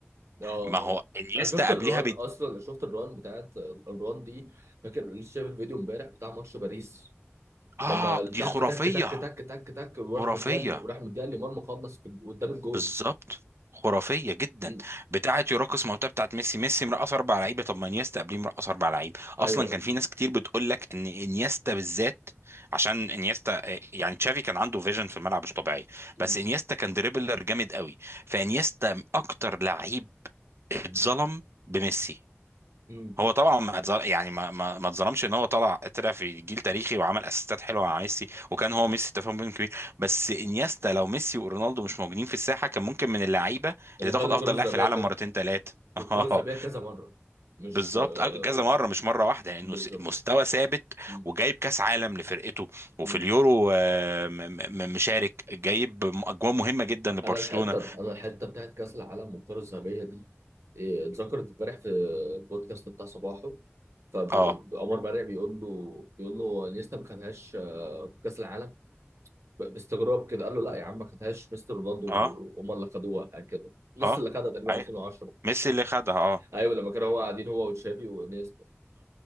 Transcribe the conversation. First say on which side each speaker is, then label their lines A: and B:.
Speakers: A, on the right; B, on the right.
A: اه اه
B: ما هو
A: آه.
B: انيستا
A: انا شفت الران
B: قبليها بد...
A: اصلا شفت الران بتاعت الران دي فاكر لسه شايف الفيديو امبارح بتاع ماتش باريس لما
B: اه
A: تك
B: دي خرافيه
A: تك تك تك تك تك وراح
B: خرافيه
A: مديها وراح مديها لمرمى خلص في- قدام الجول
B: بالظبط خرافيه جدا
A: م.
B: بتاعه يراقص موتاه بتاعت ميسي ميسي مرقص اربع لعيبه طب ما انيستا قبليه مرقص اربع لعيبه اصلا
A: ايوه ايوه
B: كان في ناس كتير بتقول لك ان انيستا بالذات عشان انيستا آه، يعني تشافي كان عنده فيجن في الملعب مش طبيعي
A: م-
B: بس انيستا كان دريبلر جامد قوي فانيستا اكتر لعيب اتظلم بميسي
A: م.
B: هو طبعا ما اتظل- يعني ما ما ما اتظلمش ان هو طلع طلع في جيل تاريخي وعمل اسيستات حلوه مع ميسي وكان هو ميسي تفاهم بينهم كبير بس انيستا لو ميسي ورونالدو مش موجودين في الساحه كان ممكن من اللعيبه
A: اللي
B: اللي تاخد
A: خد الكره
B: افضل
A: الذهبيه
B: لاعب في العالم
A: كذا
B: مرتين ثلاثه
A: وكروز
B: <laughs> اه
A: بيها كذا مره مش
B: بالظبط
A: آه،
B: أ- كذا مره مش مره واحده لانه
A: بالظبط
B: س- مستوى ثابت
A: مم.
B: وجايب كاس عالم لفرقته وفي
A: مم.
B: اليورو آه، م- م- مشارك جايب م- اجوان مهمه جدا لبرشلونه
A: انا الحته انا الحته بتاعت كاس العالم والكره الذهبيه دي إيه، اتذكرت امبارح في البودكاست بتاع صباحه فعمر
B: اه
A: مرعي بيقول له بيقول له انيستا ما خدهاش آه، في كاس العالم ب- باستغراب كده قال له لا يا عم ما خدهاش مستر رونالدو
B: اه
A: وهم اللي خدوها يعني كده لسه
B: اه
A: اللي خدها تقريبا
B: اي
A: 2010
B: ميسي اللي خدها اه
A: ايوه لما كانوا هو قاعدين هو وتشافي وانيستا